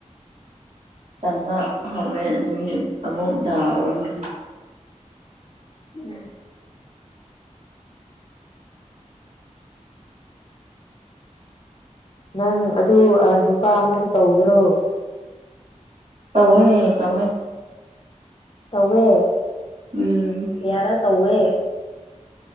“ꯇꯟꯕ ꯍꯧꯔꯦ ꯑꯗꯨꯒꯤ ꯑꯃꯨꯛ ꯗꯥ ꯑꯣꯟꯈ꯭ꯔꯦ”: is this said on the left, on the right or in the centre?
Right